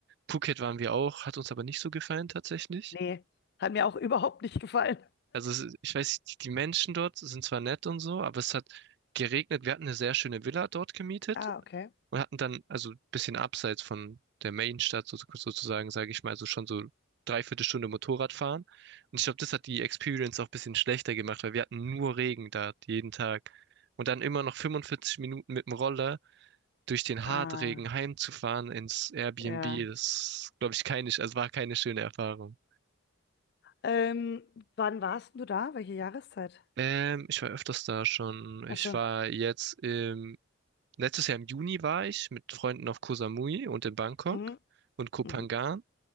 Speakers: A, on the right; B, on the left.
A: Phuket waren wir auch, hat uns aber nicht so gefallen tatsächlich.
B: nee, hat mir auch <laughs> überhaupt nicht gefallen.
A: Also es ist- ich weiß, die die Menschen dort sind zwar nett und so, aber es hat geregnet. Wir hatten eine sehr schöne Villa dort gemietet
B: Ah, okay.
A: und hatten dann, also ein bisschen abseits von der Mainstadt so- sozusagen, sage ich mal, so schon so dreiviertel Stunde Motorrad fahren Und ich glaube, das hat die Experience auch ein bisschen schlechter gemacht, weil wir hatten nur Regen da jeden Tag. Und dann immer noch 45 Minuten mit dem Roller durch den
B: Ah,
A: Hartregen heimzufahren ins Airbnb,
B: ja.
A: das glaube ich keine, also war keine schöne Erfahrung.
B: Ähm, wann warst denn du da? Welche Jahreszeit?
A: Ähm, ich war öfters da schon. Ich
B: Ach so.
A: war jetzt im, letztes Jahr im Juni war ich mit Freunden auf Koh Samui und in Bangkok
B: Mhm.
A: und Koh
B: Mhm.
A: Phangan.